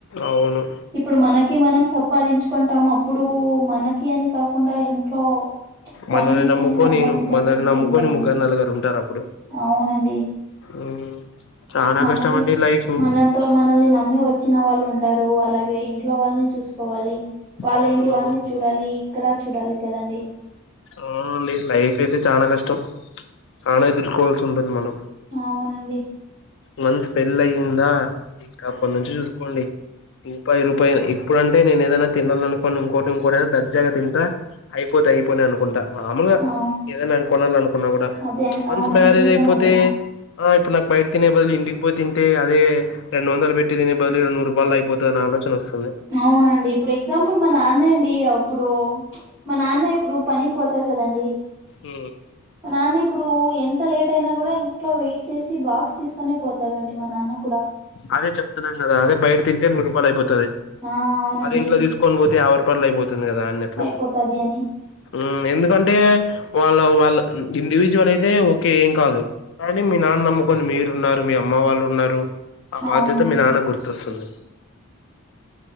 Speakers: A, on the left; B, on the right.
A: అవును
B: ఇప్పుడు మనకి మనం సబ్ పాదించుకుంటాం అప్పుడు మనకి అని కాకుండా ఇంట్లో ఫ్యామిలీకి
A: మనల్ని నమ్ముకొని
B: అని సంపాదించాల్సి
A: మనల్ని
B: వస్తుంది
A: నమ్ముకొని
B: కదండి
A: ముగ్గరు నలగరు ఉంటారప్పుడు.
B: అవునండి
A: ఉమ్ చానా
B: మనకి
A: కష్టం అండి లైఫు
B: మనతో మనల్ని నమ్మి వచ్చిన వాళ్ళు ఉంటారు, అలాగే ఇంట్లో వాళ్ళని చూసుకోవాలి. వాళ్ళింటి
A: అవునవును
B: వాళ్ళని చూడాలి, ఇక్కడా చూడాలి కదండి.
A: అవునండి లైఫ్ అయితే చానా కష్టం, చాలా ఎదుర్కోవాల్సి ఉంటుంది మనం.
B: అవునండి
A: వన్స్ పెళ్లి అయ్యిందా, ఇకా అప్పటి నుంచి చూసుకోండి ఇంకా రూపాయి రూపాయి ఇప్పుడు అంటే నేను ఏదన్నా తినాలనుకోని ఇంకోటి ఇంకోటైనా దర్జాగా తింటా. అయిపోతే అయిపోలే అనుకుంటా. మామలుగా
B: ఆ
A: ఏదన్నా కొనాలి అనుకున్న గుడ
B: అదే
A: ప్చ్ వన్స్
B: అవునండి
A: మ్యారేజ్
B: నిజం
A: అయిపోతే
B: అదేమో
A: ఆ ఇప్పుడు నాకు బయట తినే బదులు ఇంటికి పో తింటే, అదే రెండు వందలు పెట్టి తినే బదులు రెండు రూపాయలతో అయిపోతది అన్న ఆలోచన వస్తుంది
B: అవునండి ఇప్పుడు ఎగ్జాంపుల్ మా నాన్నే అండి అప్పుడు, ప్చ్ మా నాన్నే ఇప్పుడు పనికి పోతాడు కదండి.
A: ఓ
B: మా నాన్న ఇప్పుడు ఎంత లేటైనా గుడా ఇంట్లో వెయిట్ చేసి బాక్స్ తీస్కొనే పో తాడండి మా నాన్న కూడ
A: అదే చెప్తున్నాను కదా అదే బైట తింటే నూర్రు రూపాయలు అయిపోతది
B: ఆ అవునండి
A: అదే ఇంట్లో దీస్కొని బోతే యావై <unintelligible> అయిపోతుంది గాద అన్యట్లు
B: అయిపోతది అని
A: ఊ ఎందుకంటే వాళ్ళ వాళ్ళ ఇండివిజ్వల్ అయితే ఓకే ఏం కాదు కానీ మీ నాన్న నమ్ముకొని మీరు ఉన్నారు మీ అమ్మ వాళ్ళు ఉన్నారు ఆ బాధ్యత
B: అవునండి
A: మీ నాన్నగ్ గుర్తొస్తుంది